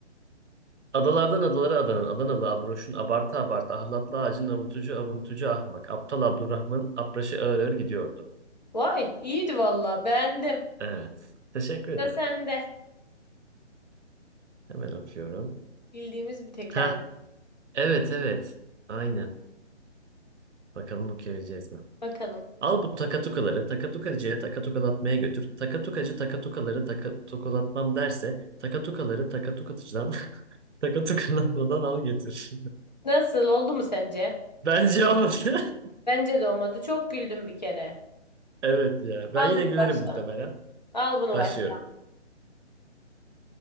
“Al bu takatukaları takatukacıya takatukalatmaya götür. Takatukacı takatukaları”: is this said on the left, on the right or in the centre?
Right